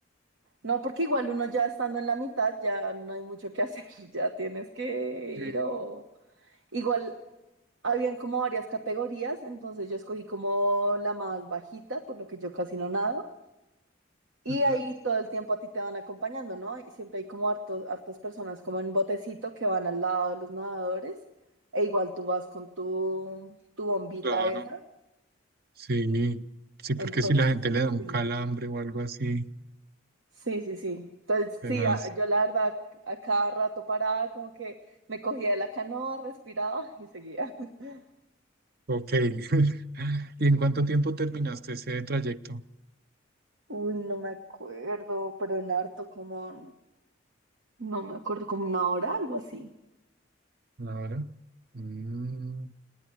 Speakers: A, on the right; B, on the right.
A: No, porque igual uno ya estando en la mitad, ya no hay mucho que hacer, <laughs> ya tienes que
B: Sí.
A: ir o Igual habían como varias categorías, entonces yo escogí como la más bajita, por lo que yo casi no nado. Y
B: Ujú.
A: ahí todo el tiempo a ti te van acompañando, ¿no? Y siempre hay como hartos, hartas personas como en botecito que van al lado de los nadadores. E igual tú vas con tu, tu bombita
B: Claro,
A: esa.
B: sí, sí,
A: Entonces,
B: porque si la gente le da un
A: sí.
B: calambre o algo así,
A: Sí, sí, sí. Entonces,
B: tenaz.
A: sí, a- yo la verdad a cada rato paraba, como que me cogía de la canoa, respiraba y seguía. <laughs>
B: Ok. <laughs> ¿Y en cuánto tiempo terminaste ese trayecto?
A: Uy, no me acuerdo, pero en harto como, no me acuerdo, como una hora, algo así.
B: Una hora. Mm,